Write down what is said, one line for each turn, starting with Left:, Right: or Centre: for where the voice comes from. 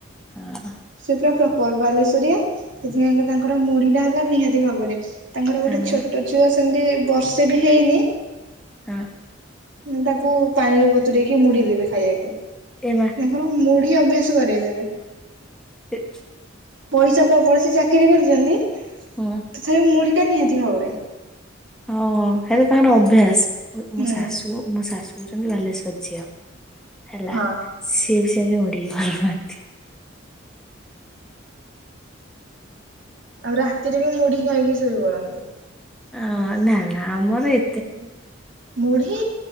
Centre: ହଁ।
Right: ସେ ପୁରା ପ୍ରପର ବାଲେଶ୍ଵରିଆ ସେଥିପାଇଁକା ତାଙ୍କର ମୁଢ଼ିଟା ହେଲା ନିହାତି ଭାବରେ। ତାଙ୍କର ଗୋଟେ
Centre: ହଁ
Right: ଛୋଟ ଝୁଅ ସେମିତି ବର୍ଷେ ବି ହେଇନି।
Centre: ହଁ।
Right: ତାକୁ ପାଣିରେ ବତୁରେଇକି ମୁଢ଼ି ଦେବେ ଖାଇଆକୁ।
Centre: ଏ ମା।
Right: ତାଙ୍କର ମୁଢ଼ି ଅଭ୍ୟାସ କରେଇ ଦେବେ।
Centre: <unintelligible>
Right: ପଇସା ତ ପ୍ରବଳ ସେ ଚାକିରୀ କରିଚନ୍ତି।
Centre: ହଁ।
Right: ତଥାପି ମୁଢ଼ିଟା ନିହାତି ଭାବରେ।
Centre: ଓ ହୋ ହେଲେ ତାଙ୍କର ଅଭ୍ୟାସ
Right: ହୁଁ
Centre: ମୋ ଶାଶୁ ମୋ ଶାଶୁ ହେଉଛନ୍ତି ବାଲେଶ୍ଵର ଝିଅ ହେଲା
Right: ହଁ
Centre: ସିଏ ବି ସେମିତି ମୁଢ଼ିକି ଭଲ ପାଆନ୍ତି।
Right: ଆଉ ରାତିରେ ବି ମୁଢ଼ି ଖାଇକି ଶୋଇ ପଡ଼ନ୍ତି।
Centre: ଅ ନା ନା ଆମର ଏ
Right: ମୁ ମୁଢି